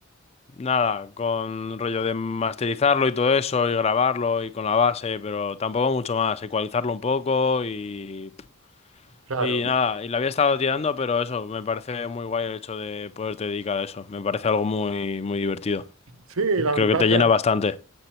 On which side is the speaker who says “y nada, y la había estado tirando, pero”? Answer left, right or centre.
Left